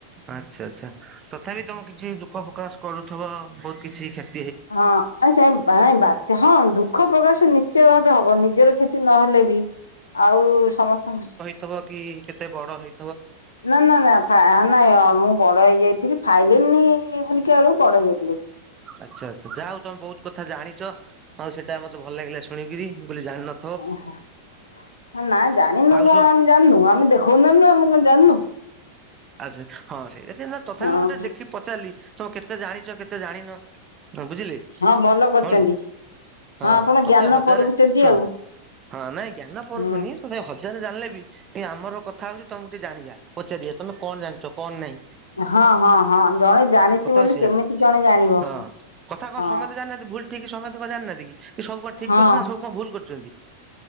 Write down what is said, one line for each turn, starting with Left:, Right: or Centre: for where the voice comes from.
Right: ଆଛା ଆଛା ତଥାପି ତମେ କିଛି ଦୁଃଖ ପ୍ରକାଶ କରୁଥିବ ବହୁତ କିଛି କ୍ଷ
Left: ହଁ। ନାଇଁ ସେ ବାଏ ବାତ ହଁ ଦୁଃଖ ପ୍ରକାଶ ନିଶ୍ଚୟ ଭାବେ ହବ ନିଜର କ୍ଷତି ନହେଲେ ବି। ଆଉ ସମସ୍ତଙ୍କ
Right: ତବ କି କେତେ ବଡ ହେଇ
Left: ନା ନା ନା ଫା ନାଇଁ ମୁଁ ବଡ ହେଇଯାଇଥିଲି ଫାଇଲି <unintelligible>
Right: ଆଛା ଆଛା ଯା ହଉ ତମେ ବହୁତ କଥା ଜାଣିଛ ଆଉ ସେଇଟା ମତେ ଭଲ ଲାଗିଲା ଶୁ ଶୁଣିରିକିରି ମୁଁ କଇଲି ଜାନ
Left: ଓହୋ ନାଇ ଜାଣିନୁ
Right: ଆଉ
Left: କଣ
Right: ସବୁ
Left: ଆମେ ଜାଣିନୁ ଆମେ ଦେଖଉନୁ ନା ଆମେ କଣ ଜାଣିନୁ।
Right: ଆଛା ହଁ ସେଇଟା ତଥାପି
Left: ହଁ
Right: ମୁଁ ଟିକେ ଦେଖି ପଚାରିଲି ତମେ କେତେ ଜାଣିଛ କେତେ ଜାଣିନ। ହଁ ବୁଝିଲେ
Left: ହଁ ଭଲ କରିଛନ୍ତି
Right: ଭଉଣୀ ହଁ
Left: ଆପଣ
Right: ତତେ
Left: ଜ୍ଞାନ
Right: ହଜାରେ
Left: ପରଖୁଛନ୍ତି
Right: ଶୁଣ
Left: ଆଉ।
Right: ହଁ ନାଇଁ ଜ୍ଞାନ ପରଖୁନି
Left: ହୁଁ
Right: ତତେ ହଜାରେ ଜାଣିଲେ ବି ଆମର କଥା ହଉଛି ତମେ ଟିକେ ଜାଣିବା। ପଚାରିବ ତମେ କଣ ଜାଣିଛ କଣ ନାଇଁ।
Left: ହଁ ହଁ ହଁ ଜଣେ ଜାଣିଛି ବୋଲି
Right: ହଉଛି ସେଇଆ
Left: କେମିତି ଜଣେ ଜାଣିବ।
Right: ହଁ। କଥା କଣ
Left: ହଁ
Right: ସମତେ ଜାଣିନାହାନ୍ତି ଭୁଲ ଠିକି ସମତେ କଣ ଜାଣିନାହାନ୍ତି କି? କି ସବୁ କଣ ଠିକ
Left: ହଁ
Right: କରୁଛନ୍ତି ନା ସବୁ କଣ ଭୁଲ କରୁଛନ୍ତି